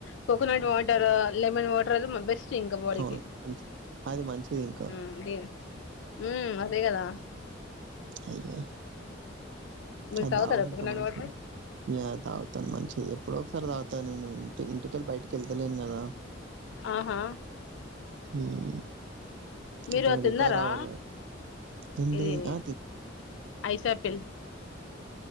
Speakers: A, on the left; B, on the right.
A: కోకోనట్ వాటర్ లెమన్ వాటరయితే బెస్ స్ట్ ఇంక బాడికి
B: అవును. మంచి అది మంచిది ఇంకా.
A: ఉమ్ దిన్ మ్మ్ అదే కదా
B: అయ్యో
A: మీరు
B: అది
A: తాగుతారా
B: తాగు ఇంకా
A: కోకోనట్
B: మంచిది
A: వాటర్
B: న్యా తాగుతాను మంచిది ఎప్పుడో ఒకసారి తాగుతాను నేను ఇ ఇంటికెళ్ళి బయటికి వెళ్తలేను కదా
A: ఆహా
B: ఊఉ
A: మీరు
B: ఇంక
A: తిన్నారా
B: రికవర్ అవ్వాలే ఎంటిది
A: ఇది
B: ఆ ది
A: ఐస్ ఆపిల్